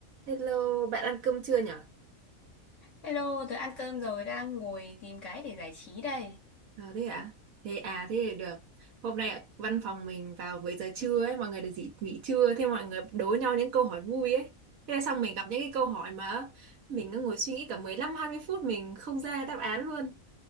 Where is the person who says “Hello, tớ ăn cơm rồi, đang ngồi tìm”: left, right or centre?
Left